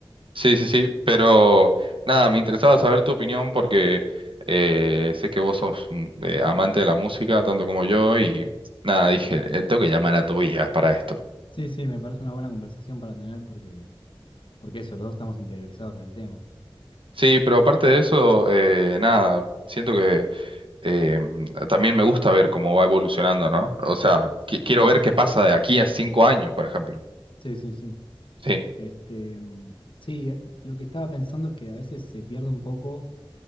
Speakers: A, on the right (about 65°); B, on the left (about 65°).
A: Sí, sí, sí, pero nada, me interesaba saber tu opinión porque eh, sé que vos sos mm, eh, amante de la música tanto como yo y nada, dije, eh, tengo que llamar a Tobías para esto.
B: Sí, sí, me parece una buena conversación para tener porque, porque eso, los dos estamos interiorizados en el tema.
A: Sí, pero aparte de eso, eh, nada, siento que... eh, también me gusta ver cómo va evolucionando, ¿no? O sea, qui- quiero
B: Sí,
A: ver qué pasa de aquí a cinco años, por ejemplo.
B: sí, sí, sí.
A: Sí,
B: Este, mm, sí, eh, lo que estaba pensando es que a veces se pierde un poco